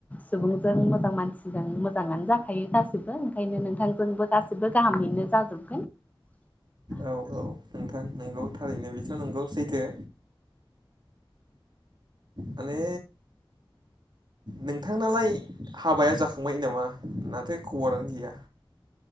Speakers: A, on the left; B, on the right.
A: सुबुंजों मोजां मानसिजों मोजाङानो जाखायो गासिबो ओंखायनो नोंथांजोंबो गासिबो गाहामैनो जाजोबो
B: औ औ नोंथां नंगौ थारैनो बेथ' नंगौ सैथो माने नोंथांनालाय हाबाया जाखांबाय नामा माथो खबरानो गैया